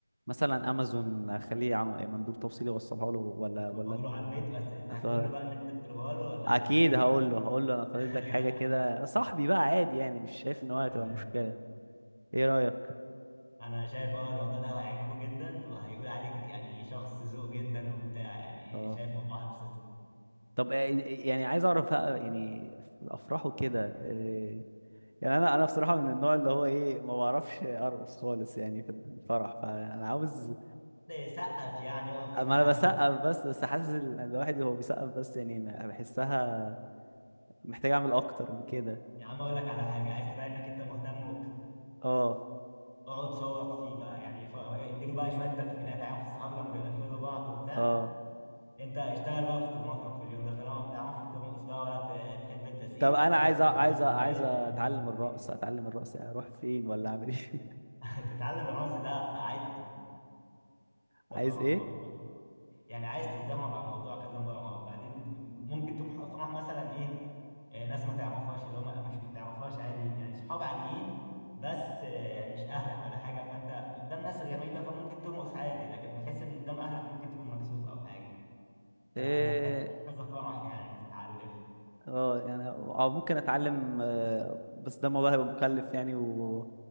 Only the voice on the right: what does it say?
مثلا امازون اخليه عم- مندوب توصيلي يوصلها له ولا
ولا
أنت-
أصل هو-
اكيد
هقول له هقول له انا طالب
لك حاجة كده صاحبي بقى عادي يعني مش شايف ان هو هتبقى
مشكلة ايه رأيك
اه
طب آه، يعني عايز اعرف بقى يعني في الافراح وكده آه، يعني انا انا بصراحه من النوع اللي هو ايه ما بعرفش ارقص خالص يعني في الفرح فانا عاوز
اما انا بسقف بس بس حاسس ال- الواحد هو بيسقف بس يعني ما- بحسها محتاج اعمل اكتر من كده
اه
اه
طب انا
عايز أ-
عايز
أ- عايز اتعلم
الرقص
اتعلم الرقص يعني اروح فين ولا اعمل ايه
<laughs> عايز
ايه
اه يعني او ممكن اتعلم آه، بس ده الموضوع هيبقى مكلف يعني و